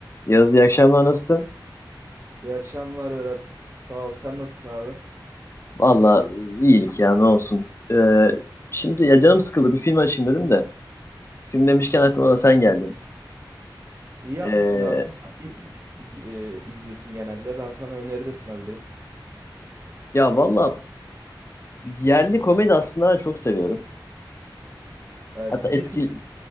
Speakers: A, on the left; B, on the right.
A: Yaz iyi akşamlar nasılsın?
B: İyi akşamlar Berat. Sağ ol. Sen nasılsın abi?
A: Valla iyilik ya ne olsun. Ee, şimdi ya canım sıkıldı bir film açayım dedim de. Film demişken aklıma da sen geldin.
B: İyi yapmışsın
A: Ee,
B: abi. Ne tür e, izliyorsun genelde? Ben sana öneri de sunabilirim.
A: ya valla yerli komedi aslında ben çok seviyorum.
B: E,
A: Hatta
B: dizi
A: eski
B: film